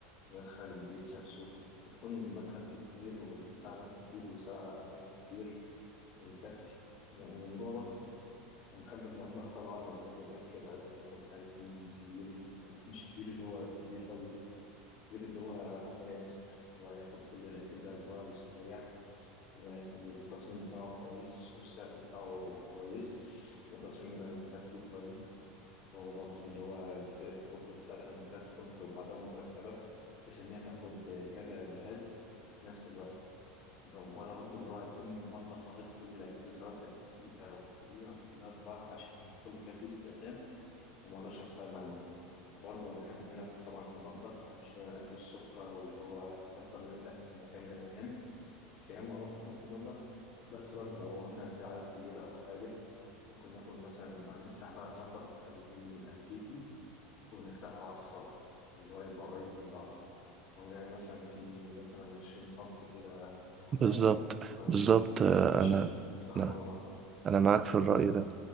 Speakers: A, on the left; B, on the right.
A: في مدخل البيت نفسه يكون المدخل كبير ويسع ناس كتير ويسع أماكن كتير ويكفي ومن جوه برضه أنا بحب المطبخ طبعا وبحب الأكل وعايز المطبخ بتاعي يكون كبير بس مش كبير اللي هو كبير قوي كبير اللي هو مناسب اللي هو ياخد كل الأجهزة وهو مستريح والتصميم بتاعه كويس والسقف بتاعه كويس وتصميم الألمنتال فيه كويس وبرضه اللي هو الأوضة بتاعت الألمنتال تكون في بعضها مترتبة بحيث إن هي تاخد كذا جهاز في نفس الوقت. لو انا برضو اللي هو هيكون المطبخ واخد كل الاجهزه سواء كانت جديده او قديمه كلها في بعض عشان كل جهاز ليه استخدام وما اقدرش استغنى عنه وبرضه انا احب ان انا اكل طبعا في المطبخ ما احبش ان انا اكل السفره واللي هو افضل من الاكل من مكان لمكان التجمع برضه يكون في المطبخ بس برضه لو هو مثلا في عدد كبير او حاجه ممكن ناكل مثلا ما نفتح بقى المطبخ نخليه امريكي ونفتحه على الصالة واللي هو يبقى قريب من بعضه أو نعمل مثلا في مثلا عشرين سنتي كده رخام
B: بالظبط
A: أو
B: بالظبط
A: عشرين سنتي
B: آه،
A: خشب
B: انا
A: ونفتحهم
B: لا
A: على بعض
B: انا معاك في الرأي ده